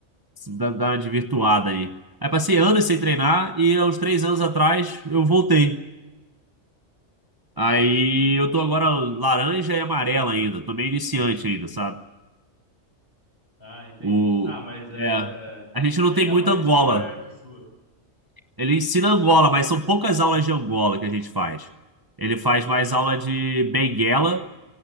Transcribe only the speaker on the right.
da, virtuada aí. Aí passei anos sem treinar e aos três anos atrás eu voltei. Aí eu tô agora laranja e amarela ainda. Tô meio iniciante ainda, sabe?
O,
é, a gente não
tem
muita
Angola.
Ele ensina Angola, mas são poucas aulas de Angola que a gente faz. Ele faz mais aula de Benguela